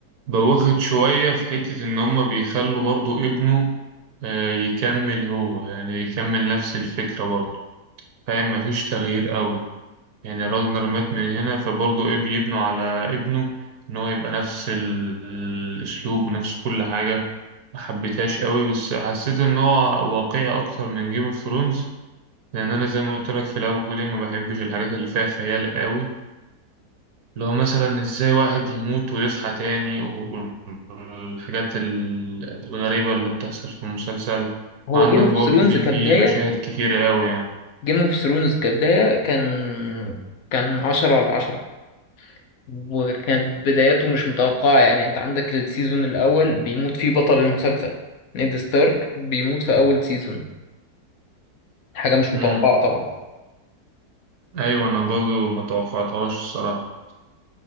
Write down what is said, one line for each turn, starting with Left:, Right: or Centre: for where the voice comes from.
Right: بوخت شوية في حتة إن هما بيخلوا برضه ابنه آه، يكمل هو يعني يكمل نفس الفكرة برضه فاهم مفيش تغيير قوي يعني راجنر مات من هنا فبرضه إيه بيبنوا على ابنه إن هو يبقى نفس ال- الأسلوب ونفس كل حاجة محبتهاش قوي بس حسيت إن هو واقعي أكتر من جيم اوف ثرونز لأن أنا زي ما قلت لك في الأول إيه ما بحبش الحاجات اللي فيها خيال قوي اللي هو مثلا ازاي واحد يموت ويصحى تاني والحاجات ال- الغريبة اللي بتحصل في المسلسل
Left: هو
Right: وعندك
Left: جيم اوف
Right: برضه
Left: ثرونز
Right: في
Left: كبداية
Right: في مشاهد كتيرة أوي يعني
Left: جيم اوف ثرونز كبداية كان كان عشرة على عشرة وكانت بدايته مش متوقعة يعني انت عندك السيزون الأول بيموت فيه بطل المسلسل نيد ستارك بيموت في أول سيزون حاجة مش
Right: امم
Left: متوقعة طبعا
Right: أيوة أنا برضه ما توقعتهاش الصراحة